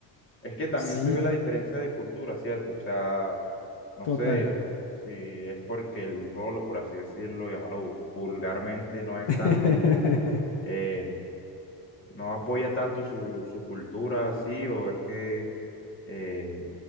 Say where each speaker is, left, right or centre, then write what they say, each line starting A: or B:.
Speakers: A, on the left; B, on the left.
A: es que también
B: Sí,
A: se ve la diferencia de cultura, ¿cierto? O sea, no
B: total.
A: sé si es porque el rolo, por así decirlo, llamarlo vulgarmente, no es
B: <laughs>
A: tan... eh, no apoya tanto su, su cultura así, o es que, eh,